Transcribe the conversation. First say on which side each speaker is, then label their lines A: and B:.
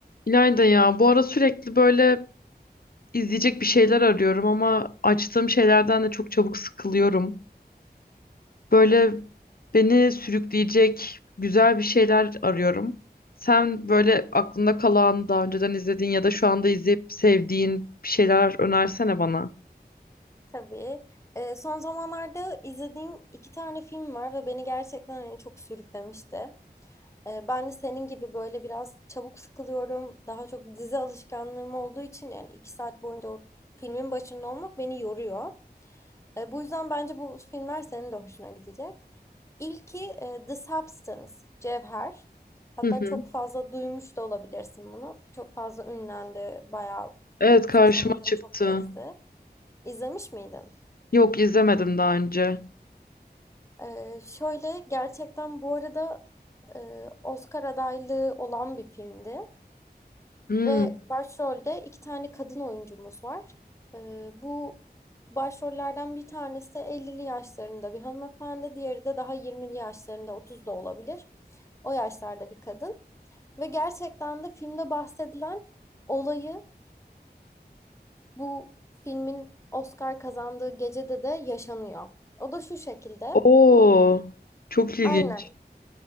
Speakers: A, on the left; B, on the left.
A: İlayda ya bu ara sürekli böyle izleyecek bir şeyler arıyorum ama açtığım şeylerden de çok çabuk sıkılıyorum. Böyle beni sürükleyecek güzel bir şeyler arıyorum. Sen böyle aklında kalan, daha önceden izlediğin ya da şu anda izleyip sevdiğin bir şeyler önersene bana.
B: Tabii. Ee, son zamanlarda izlediğim iki tane film var ve beni gerçekten hani çok sürüklemişti. Ee, ben de senin gibi böyle biraz çabuk sıkılıyorum. Daha çok dizi alışkanlığım olduğu için yani iki saat boyunca o filmin başında olmak beni yoruyor. Ee, bu yüzden bence bu filmler senin de hoşuna gidecek. İlki e, The Substance, Cevher. Hatta
A: Hı hı.
B: çok fazla duymuş da olabilirsin bunu. Çok fazla ünlendi, bayağı
A: Evet
B: hmm,
A: karşıma
B: sosyal medyada
A: çıktı.
B: çok gezdi. İzlemiş miydin?
A: Yok izlemedim daha önce.
B: Ee, şöyle gerçekten bu arada e, Oscar adaylığı olan bir filmdi
A: Hmm.
B: ve başrolde iki tane kadın oyuncumuz var. Ee, bu başrollerden bir tanesi 50'li yaşlarında bir hanımefendi, diğeri de daha 20'li yaşlarında 30 da olabilir. O yaşlarda bir kadın ve gerçekten de filmde bahsedilen olayı bu filmin Oscar kazandığı gecede de yaşanıyor. O da şu şekilde.
A: Oo, çok ilginç.
B: Aynen.